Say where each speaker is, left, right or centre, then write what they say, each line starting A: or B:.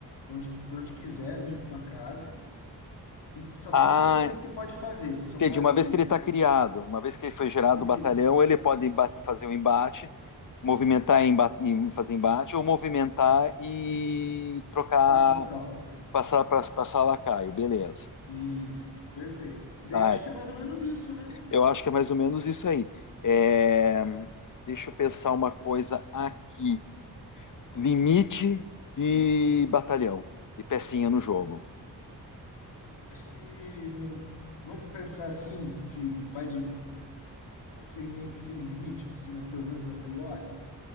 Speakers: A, on the left; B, on the left.
A: pra onde que- pra onde quiser, um- uma casa e só
B: Ah,
A: tem duas coisas que pode fazer, só
B: entendi.
A: pode
B: Uma vez que
A: isso,
B: ele está criado, uma vez que ele foi gerado
A: isso,
B: o batalhão, ele pode emba- fazer um embate, movimentar e, emba- e fazer embate, ou movimentar e trocar,
A: passar tropas.
B: passar para passar lacaio, beleza.
A: Isto, perfeito. Daí
B: Tá,
A: acho que é mais ou menos isso, né?
B: Eu acho que é mais ou menos isso aí. É, Deixa eu pensar uma coisa aqui. Limite de batalhão, de pecinha no jogo.
A: Acho que não- vamos pensar assim, que vai de é sem meio que sem limite, assim, pelo menos a priori,